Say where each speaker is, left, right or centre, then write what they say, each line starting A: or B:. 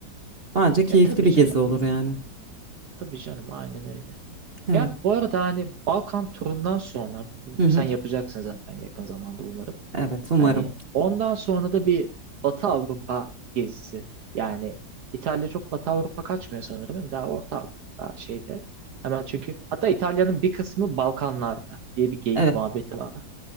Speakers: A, on the right (about 40°); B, on the right (about 70°).
A: Bence keyifli
B: Ya tabii
A: bir
B: canım.
A: gezi olur yani.
B: Tabii canım aynen öyle.
A: Evet.
B: Ya bu arada hani Balkan turundan sonra
A: Hı hı.
B: sen yapacaksın zaten yakın zamanda umarım.
A: Evet, umarım.
B: Hani ondan sonra da bir Batı Avrupa gezisi. Yani İtalya çok Batı Avrupa kaçmıyor sanırım. değil mi? Daha Orta Avrupa daha şeyde. Hemen çünkü hatta İtalya'nın bir kısmı Balkanlarda diye bir geyik
A: Evet.
B: muhabbeti var.